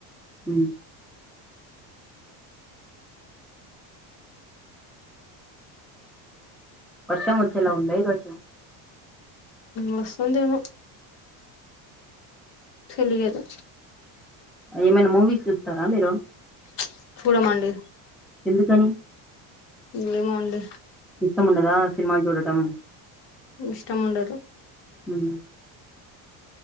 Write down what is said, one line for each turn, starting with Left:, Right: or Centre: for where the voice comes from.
Centre: ఉ వర్షం వచ్చేలా ఉందా ఈ రోజు
Left: వస్తుందేమో తెలియదు
Centre: ఏమైనా మూవీస్ చూస్తారా మీరు
Left: చ్ చూడమంటే
Centre: ఎందుకని
Left: ఏమో అండి
Centre: ఇష్టం ఉండదా సినిమాలు చూడటం
Left: ఇష్టంము ఉండదు
Centre: హ్మ్